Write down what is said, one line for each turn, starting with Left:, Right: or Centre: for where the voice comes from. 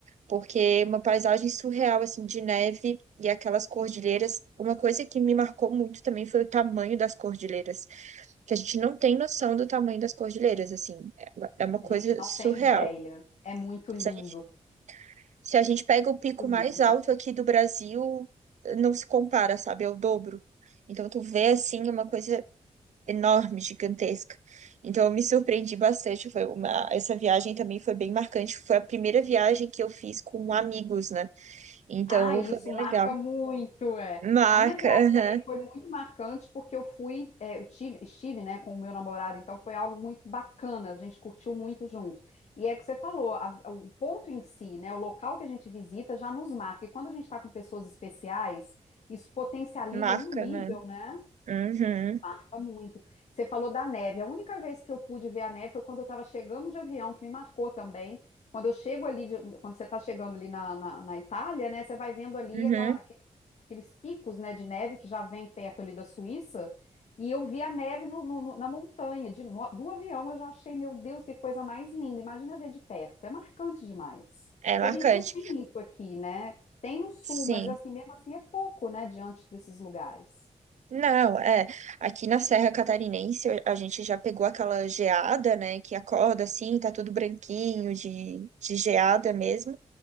Right: porque é uma paisagem surreal assim de neve e aquelas cordilheiras. Uma coisa que me marcou muito também foi o tamanho das cordilheiras, que a gente não tem noção do tamanho das cordilheiras, assim, é uma é uma
Left: A
Right: coisa
Left: gente não
Right: surreal.
Left: tem ideia. É muito lindo,
Right: Se a gente, se a gente pega o pico
Left: muito lindo.
Right: mais alto aqui do Brasil, não se compara, sabe, é o dobro. Então, tu vê, assim, uma coisa enorme, gigantesca. Então eu me surpreendi bastante. Foi uma... Essa viagem também foi bem marcante. Foi a primeira viagem que eu fiz com amigos, né? Então
Left: Ah, isso
Right: foi bem
Left: marca
Right: legal.
Left: muito, é.
Right: Marca,
Left: A minha viagem
Right: aham.
Left: também foi muito marcante porque eu fui, é, eu tive, estive, né, com o meu namorado, então foi algo muito bacana, a gente curtiu muito junto. E é que você falou, a- o ponto em si, né, o local que a gente visita já nos marca. E quando a gente está com pessoas especiais, isso potencializa
Right: Marca,
Left: num nível,
Right: né?
Left: né?
Right: Uhum,
Left: Marca muito. Você falou da neve. A única vez que eu pude ver a neve foi quando eu estava chegando de avião, que me marcou também. Quando eu chego ali, de- quando você está chegando ali na, na, na Itália, né? Você vai vendo ali
Right: uhum.
Left: aquela, aquele- aqueles picos, né, de neve que já vem perto ali da Suíça. E eu vi a neve no, no- no- na montanha, de, no- do avião. Eu já achei, meu Deus, que coisa mais linda. Imagina ver de perto. É marcante demais. Porque
Right: É marcante.
Left: a gente não tem isso aqui, né? Tem no sul,
Right: Sim.
Left: mas assim, mesmo assim é pouco, né, diante desses lugares.
Right: Não, é. Aqui na Serra Catarinense a gente já pegou aquela geada, né? Que acorda assim, tá tudo branquinho de, de geada mesmo.